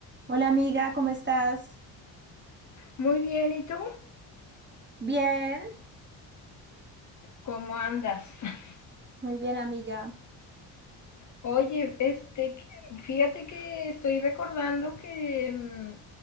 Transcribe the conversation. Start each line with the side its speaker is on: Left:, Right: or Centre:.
Right: Hola amiga, ¿cómo estás?
Left: Muy bien, ¿y tú?
Right: Bien,
Left: ¿Cómo andas? <laughs>
Right: Muy bien amiga.
Left: Oye, este, fíjate que estoy recordando que, mm,